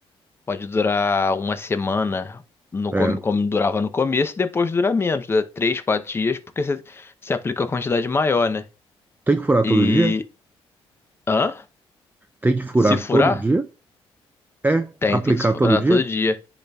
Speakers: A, on the left; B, on the right.
A: pode durar uma semana, no... com-
B: É,
A: como durava no começo, e depois dura menos, né? Três, quatro dias, porque você, você aplica uma quantidade maior, né?
B: tem que furar
A: E.
B: todo dia?
A: Hã?
B: Tem que furar
A: Se furar?
B: todo dia? É,
A: Tem,
B: aplicar
A: tem que se furar
B: todo dia?
A: todo dia.